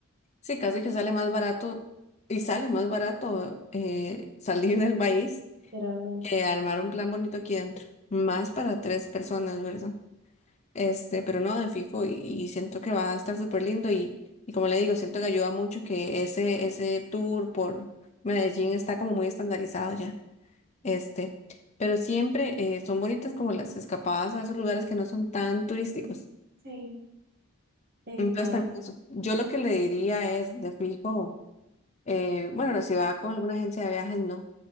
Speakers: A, on the left; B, on the right.
A: Sí, casi que sale más barato y sale más barato eh, salir del país
B: realmente.
A: que armar un plan bonito aquí dentro, más para tres personas, ¿verdad? Este, pero no, de fijo, y, y siento que va a estar súper lindo y, y como le digo, siento que ayuda mucho que ese, ese tour por Medellín está como muy estandarizado ya, este, pero siempre eh, son bonitas como las escapadas a esos lugares que no son tan turísticos.
B: Sí, en
A: Entonces
B: Madrid,
A: también eso, yo lo que le diría es, de fijo. Eh, bueno, no, si va con alguna agencia de viajes, no.